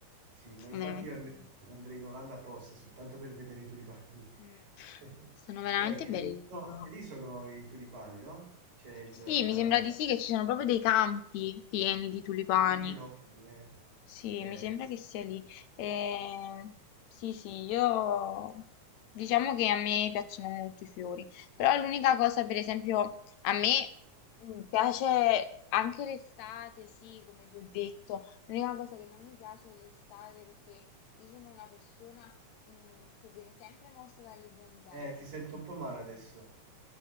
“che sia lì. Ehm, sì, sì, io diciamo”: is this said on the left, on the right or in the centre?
Left